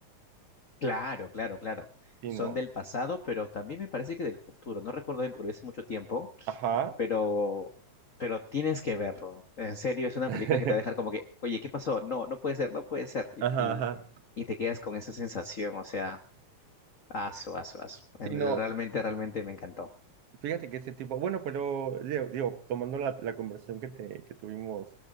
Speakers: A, on the left; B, on the right.
A: claro, claro, claro.
B: ¿sí,
A: Son
B: no?
A: del pasado, pero también me parece que del futuro. No recuerdo bien porque lo vi hace mucho tiempo,
B: Ajá.
A: pero, pero tienes que verlo. En serio, es una
B: <laughs>
A: película que te va a dejar como que, oye, ¿qué pasó? No, no puede ser, no puede ser. Y,
B: Ajá,
A: y,
B: ajá.
A: y te quedas con esa sensación, o sea, aso, aso, aso. En-
B: Sí, no.
A: Realmente, realmente me encantó.
B: Fíjate que ese tipo, bueno, pero digo, digo, tomando la, la conversación que, te- que tuvimos